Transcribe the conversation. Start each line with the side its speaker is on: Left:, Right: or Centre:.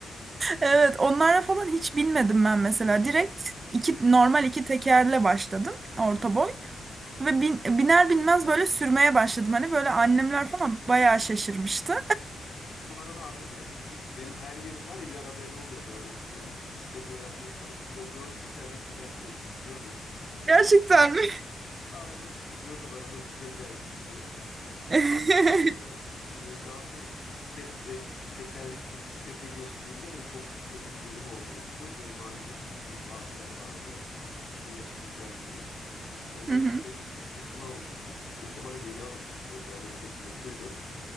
Right: Evet, onlara falan hiç binmedim ben mesela. Direkt iki normal iki tekerle başladım orta
Left: Hmm.
Right: boy ve bin- biner binmez böyle sürmeye başladım. Hani böyle
Left: Al.
Right: annemler falan bayağı şaşırmıştı.
Left: Bu arada harbiden ilginç. Benim her yerim var ya yara bere oluyordu. Eskiden ilk bisikleti öğrenmeye çalıştığımda dört tekerlekliden bile düşüyordum.
Right: Gerçekten mi?
Left: Ailem kızıyordu bana nasıl becerdin diye.
Right: <laughs>
Left: Ama böyle, e, daha sonra iki bisikletli, iki tekerlekli bisiklete geçtiğimde böyle çok kötü bir durum olmuştu. Böyle mahallede bizim büyük abiler vardı. İşte yaşı bizden büyük. Onlar
Right: Hı hı.
Left: işte benim bisikletimi almıştı. İşte bisikletim bana yeni alınmıştı o zaman böyle çok mutluydum.